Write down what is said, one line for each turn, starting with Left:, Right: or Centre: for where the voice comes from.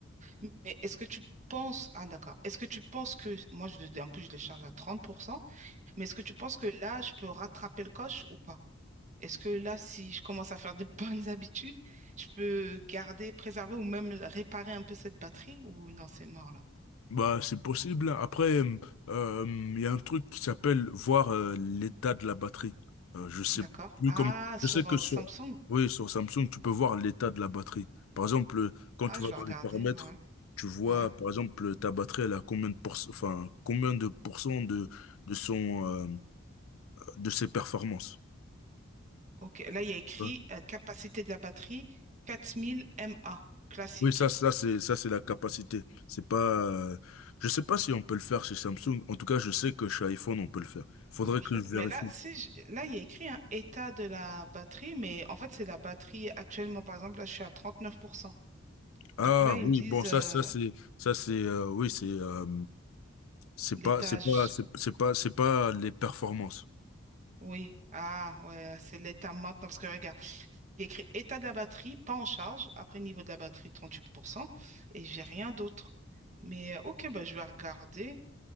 Right: Mais est-ce que tu penses... Ah, d'accord. Est-ce que tu penses que... Moi, je, le- en plus, je le charge à 30%. Mais est-ce que tu penses que là, je peux rattraper le coche ou pas? Est-ce que là, si je commence à faire de <laughs> bonnes habitudes, je peux garder, préserver ou même réparer un peu cette batterie? Ou non, c'est mort là.
Left: Bah, c'est possible. Après, euh, euh, il y a un truc qui s'appelle voir euh, l'état de la batterie. Euh, je sais
Right: D'accord.
Left: plus
Right: Ah,
Left: comment.
Right: sur
Left: Je sais que
Right: euh,
Left: sur,
Right: Samsung.
Left: oui, sur Samsung, tu peux voir l'état de la batterie. Par exemple, euh, quand
Right: Ah,
Left: tu
Right: je
Left: vas
Right: vais
Left: dans
Right: regarder.
Left: les paramètres,
Right: ouais
Left: tu vois,
Right: Ouais.
Left: par exemple, ta batterie, elle a combien de pourc- enfin, combien de pourcents de, de son, euh, de ses performances.
Right: Ok, là, il y a écrit
Left: Ouais.
Right: euh, capacité de la batterie quatre mille mAh, classique.
Left: Oui, ça, ça, c'est, ça, c'est la capacité. C'est pas, euh, je sais pas si on peut le faire chez Samsung. En tout cas, je sais que chez iPhone, on peut le faire. Faudrait
Right: Vous le
Left: que
Right: faites?
Left: je vérifie.
Right: Mais là, si je- là, il y a écrit un état de la batterie, mais en fait, c'est la batterie actuellement. Par exemple, là, je suis à 39%.
Left: Ah
Right: Donc là, ils
Left: oui,
Right: me disent
Left: bon ça
Right: euh,
Left: ça c'est ça c'est euh, oui c'est euh, c'est pas
Right: l'étage.
Left: c'est pas c'est c'est pas c'est pas les performances.
Right: Oui. Ah, ouais, c'est l'état maintenant. Parce que regarde, il y a écrit état de la batterie, pas en charge. Après, niveau de la batterie, trente-huit pour cent Et j'ai rien d'autre. Mais euh, ok, bah, je vais regarder